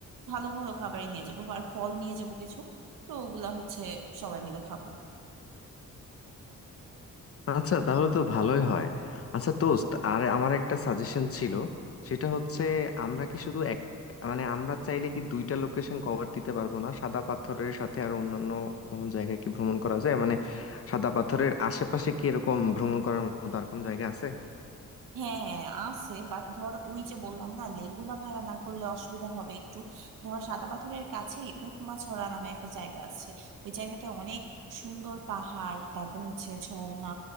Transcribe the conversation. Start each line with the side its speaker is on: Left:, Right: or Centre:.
Right: ভালো ভালো খাবারই নিয়ে যাব আর ফল নিয়ে যাব কিছু তো ওগুলা হচ্ছে সবাই মিলে খাবো
Left: আচ্ছা তাহলে তো ভালোই হয় আচ্ছা দোস্ত আর আমার একটা সাজেশন ছিল সেটা হচ্ছে আমরা কি শুধু এক মানে আমরা চাইলে কি দুইটা লোকেশন কভার দিতে পারবো না সাদা পাথরের সাথে আর অন্যান্য কোনো জায়গায় কি ভ্রমণ করা যায় মানে সাদা পাথরের আশেপাশে কি এরকম ভ্রমণ করার মতো আর কোনো জায়গা আছে
Right: হ্যাঁ হ্যাঁ আছে বাট ধর ওই যে বললাম না লেগুনা ভাড়া না করলে অসুবিধা হবে একটু ধর সাদা পাথরের কাছেই উৎমাছড়া নামে একটা জায়গা আছে ওই জায়গাটা অনেক সুন্দর পাহাড় তারপর হচ্ছে ঝর্ণা